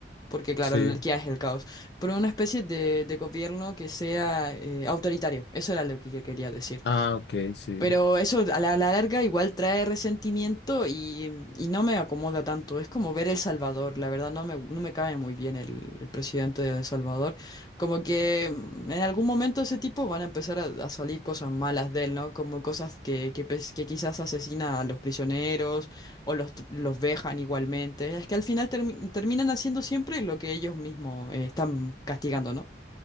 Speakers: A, on the left; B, on the left.
A: Porque claro,
B: Sí.
A: la anarquía es el caos. Pero una especie de, de gobierno que sea eh, autoritario. Eso era lo que yo quería decir.
B: Ah, ok, sí.
A: Pero eso a la, a la larga igual trae resentimiento y, y no me acomoda tanto. Es como ver El Salvador. La verdad no me, no me cae muy bien el, el presidente de El Salvador. Como que mm, en algún momento ese tipo van a empezar a, a salir cosas malas de él, ¿no? Como cosas que, que, pes- que quizás asesina a los prisioneros o los, t- los vejan igualmente. Es que al final termi- terminan haciendo siempre lo que ellos mismos eh, están castigando, ¿no?